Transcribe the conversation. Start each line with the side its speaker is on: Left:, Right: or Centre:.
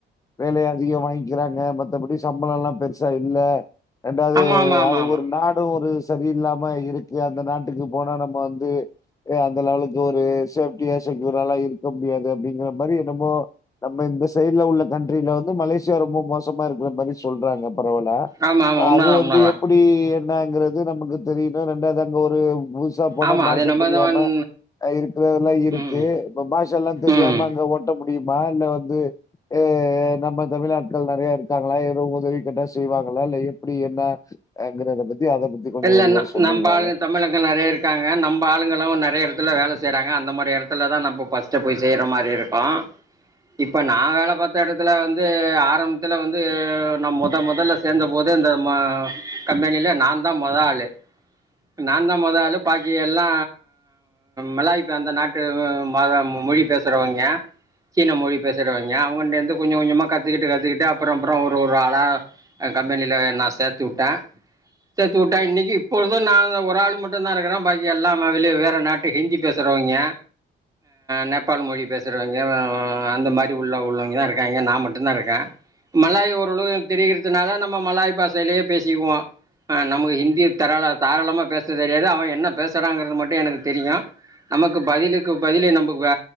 Left: வேலயை அதிகம் வாங்கிக்கிறாங்க மத்தபடி சம்பளம் எல்லாம் பெருசா இல்ல ரெண்டாவது
Right: ஆமாம் ஆமாம் ஆமாம்
Left: அது
Right: ஆமாம்
Left: ஒரு நாடும் ஒரு சரியில்லாம இருக்கு அந்த நாட்டுக்கு போனா நம்ம வந்து அந்த லெவலுக்கு ஒரு சேஃப்டியா செக்யூர்லாம் இருக்க முடியாது அப்டிங்கிற மாரி என்னமோ நம்ம இந்த சைட்ல உள்ள கண்ட்ரில வந்து மலேசியா ரொம்ப மோசமா இருக்ற மாரி சொல்றாங்க பரவலா
Right: ஆமாம் ஆமாம் உண்மை
Left: அது
Right: தான்
Left: வந்து
Right: உண்மை தான்
Left: எப்டி என்னங்கறது நமக்கு தெரியணும் ரெண்டது அங்க ஒரு புதுசா போன
Right: ஆமாம்
Left: பாஷா
Right: அது நம்ம
Left: தெரியாம
Right: தான்
Left: இருக்றெல்லாம் இருக்கே
Right: ம்
Left: பாஷ எல்லாம் தெரியாம
Right: ம்
Left: ங்க ஓட்ட முடியுமா இல்ல வந்து ஏ நம்ம தமிழ் ஆட்கள் நெறய இருக்காங்களா ஏதும் உதவி கேட்டா செய்வாங்களா இல்ல எப்டி என்ன ங்கறத பத்தி அத பத்தி கொஞ்சம்
Right: இல்லன்னா
Left: விரிவா சொல்றீங்களால?
Right: நம்ப ஆளுங்க தமிழர்கள் நெறய இருக்காங்க நம்ம ஆளுங்களும் நெறய எடத்ல வேல செய்றாங்க அந்த மாதரி எடத்ல த்லதான் நம்ப பஸ்ட்டு போய் செய்ற மாரி இருக்கும் இப்ப நான் வேல பாத்த எடத்துல வந்து ஆரம்பத்துல வந்து நா மொத மொதல்ல சேந்த போது இந்த ம கம்பெனிலே நாந்தா மொத ஆளு நாந்தா மொத ஆளு பாக்கி எல்லா மலாய் அந்த நாட்டு மதம் மொழி பேச சரவய்ங்க சீன மொழி பேசுரவய்ங்க அவுங்கிட்டேருந்து கொஞ்ச கொஞ்சமா கத்துக்கிட்டு கத்துக்கிட்டு அப்றோ அப்றோ ஒரு ஒரு ஆளா அ கம்பெனில நான் சேத்து வுட்டேன் சேத்து வுட்டன் இன்னக்கி இப்பொழுது நான் ஒரு ஆள் மட்டுந் தான் இருக்றேன் பாக்கி எல்லா வெளிய வேற நாட்டுக்கு ஹிந்தி பேச சுரவய்ங்க நேபால் மொழி பேசுரவய்ங்க அந்த மாரி உள்ள உள்ளவய்ங்க தான் இருக்காங்க நான் மட்டுந்தான் இருக்கேன் மலாய் ஓரளவு தெரிகிறதுனால நம்ம மலாய் பாசையிலயே பேசிக்குவோம் நமக்கு ஹிந்திய தராள தாராளமா பேச தெரியாது அவன் என்ன பேசுறாங்கறது மட்டும் எனக்கு தெரியும் நமக்கு பதிலுக்கு பதிலே நம்ப